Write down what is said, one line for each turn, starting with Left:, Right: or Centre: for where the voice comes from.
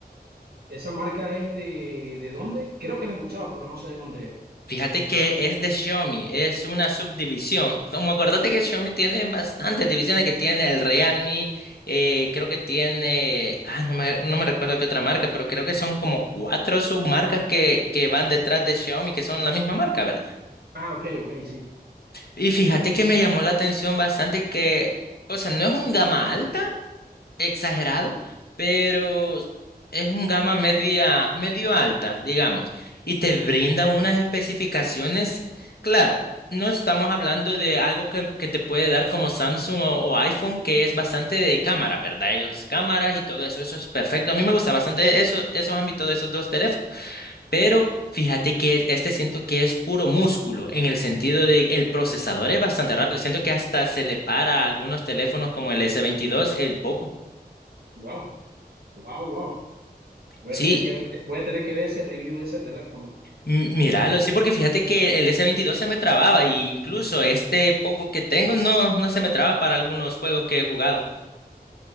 Right: Esa marca es de, ¿de dónde? Creo que la he escuchado, pero no sé de dónde es.
Left: Fíjate que es de Xiaomi, es una subdivisión. Como acordate que Xiaomi tiene bastantes divisiones, que tiene el Realme, eh, creo que tiene, ah, no me, no me recuerdo qué otra marca, pero creo que son como cuatro submarcas que, que van detrás de Xiaomi, que son la misma marca, ¿verdad?
Right: Ah, ok, ok, sí.
Left: Y fíjate que me llamó la atención bastante que, o sea, no es un gama alta, exagerado, pero es un gama media, medio alta, digamos, y te brinda unas especificaciones. Claro, no estamos hablando de algo que, que te puede dar como Samsung o, o iPhone, que es bastante de cámara, ¿verdad? Ellos cámaras y todo eso, eso es perfecto. A mí me gusta bastante eso, esos ámbitos de esos dos teléfonos. Pero fíjate que este siento que es puro músculo, en el sentido de el procesador es bastante rápido. Siento que hasta se le para a algunos teléfonos como el s veintidós el Poco.
Right: Wow, wow, wow. Voy
Left: Sí,
Right: a tener que ver, voy a tener que ver ese review de ese teléfono.
Left: m- míralo, sí, porque fíjate que el s veintidós se me trababa y incluso este Poco que tengo no, no se me traba para algunos juegos que he jugado.